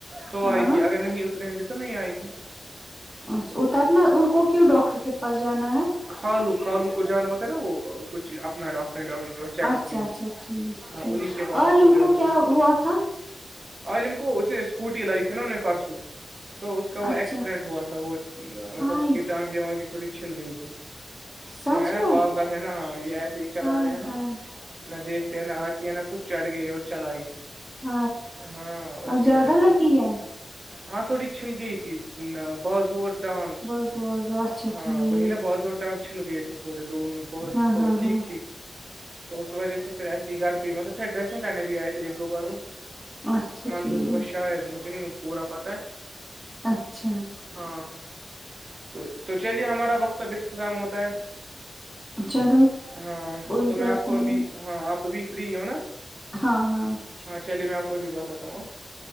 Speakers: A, on the right (about 55°); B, in the centre.
A: تو آئے
B: ہاں
A: گی اگر نہیں اتر ہوں گے تو تو نہیں آئے گی
B: اچھا اترنا ان کو کیوں ڈاکٹر کے پاس جانا ہے
A: کالو کالو کو جانا ہوتا ہے نا وہ کچھ اپنا اپنے ڈاکٹر کے پاس چیک
B: اچھا
A: اپ کے لیے
B: اچھا ٹھیک
A: ہاں
B: ٹھیک
A: انہیں کے پاس
B: عاللم
A: اس جانا
B: کو کیا
A: تھا
B: وہ تھاا
A: عالم کو اس نے اسکوٹی لائی تھی نا انہ نے پرارسو تو اس کا وہ
B: اچھا
A: ایکسیڈنٹ ہوا تھا وہ مطلب
B: ہائے
A: اس کی ٹانگیں وانگ تھوڑی چھل گئی تھی
B: سچ
A: وہ ہے نا
B: میں
A: پل ہے نا ہاں یہ ایسے ہی چلاتے
B: ہائے
A: ہے نا
B: ہائے
A: نہ دیکھتے ہیں نہ آتی ہے نہ کچھ چڑھ گئی اور چلائی
B: ہ
A: ہاں اسی
B: اب زیادہ
A: وجہ سے
B: لگی ہے
A: ہاں تھوڑی چھل گئی تھی بازو اور ٹانگ
B: بازو وازو اچھا
A: ہاں
B: ٹھیک
A: وہی نا باز اور ٹانگ چھل گئے تھے تھوڑے دونوں بہت
B: ہاں ہاں
A: ٹھیک
B: ہاں
A: تو اس وجہ سے پھر ایسی گھر پ مطلب پھر ڈریسنگ کرنے بھی آئے تھے ایک دو بار وہ
B: اچھا
A: منصور
B: ٹھیک
A: کے پاس شار مجھے نہیں پورا پت ہے
B: اچھا
A: ہاں تو تو چلیے ہمارا وقت اب اختظام ہوتا ہے
B: چلو
A: ہاں
B: کوئی
A: تو میں
B: بات
A: آپ کو
B: نہیں
A: ابھی ہاں آپ ابھی فری ہو نا
B: ہاں ہاں
A: ہاں چلیے میں آپ کوبھی بتات ہوں ہوں